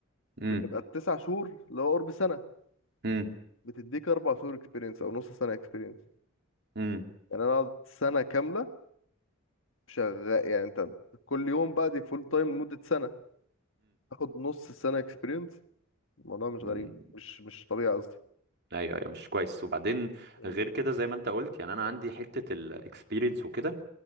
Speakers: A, on the right; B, on the left.
A: امم
B: بتبقى التسع شهور اللي هو قرب سنه
A: امم
B: بتديك اربع شهور اكسبيرينس او نص سنه اكسبيرينس
A: امم
B: يعني انا قعدت سنه كامله شغال يعني انت كل يوم بقى دي فول تايم لمده سنه تاخد نص سنه اكسبيرينس الموضوع مش
A: امم
B: غريب مش مش طبيعي قصدي
A: ايوه ايوه مش كويس وبعدين
B: م-
A: غير كده زي ما انت قلت يعني انا عندي حته الاكسبيرينس وكده